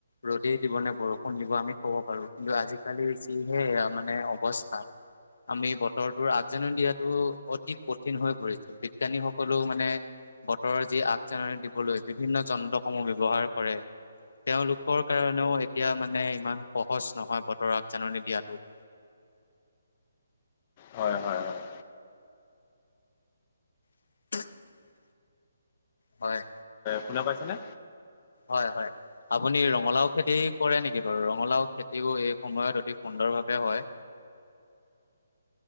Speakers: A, on the left; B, on the left.
A: ৰ'দেই দিব নে বৰষুণ দিব আমি ক'ব পাৰো কিন্তু আজি। আজিকালি যিহে এয়া মানে অৱস্থা আমি বতৰটোৰ আগজাননী দিয়াতো অতি কঠিন হৈ পৰিছে বিজ্ঞানীসকলেও মানে বতৰৰ যি আগজাননী দিবলৈ বিভিন্ন যন্ত্ৰসমূহ ব্যৱহাৰ কৰে তেওঁলোকৰ কাৰণেও এতিয়া মানে ইমান সহজ নহয় বতৰৰ আগজাননী দিয়াটো <inaudible>
B: হয় হয় হয়
A: <unintelligible> হয়
B: শুনা পাইছা নে?
A: হয়-হয় আপুনি ৰঙালাও খেতি কৰে নেকি বাৰু ৰঙালাও খেতিও এই সময়ত অতি সুন্দৰ সুন্দৰভাৱে হয়